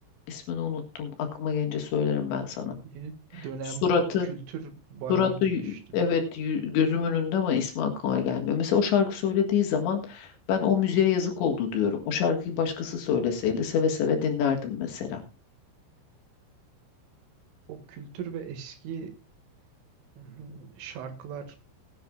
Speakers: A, on the left; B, on the right.
A: İsmini unuttum. Aklıma gelince söylerim ben sana.
B: Yeni dönem
A: Suratı
B: pop kültür bayağı
A: Suratı
B: değişti.
A: y- evet y- gözümün önünde ama ismi aklıma gelmiyor. Mesela o şarkı söylediği zaman ben o müziğe yazık oldu diyorum. O şarkıyı başkası söyleseydi seve seve dinlerdim mesela.
B: Pop kültür ve eski ım, şarkılar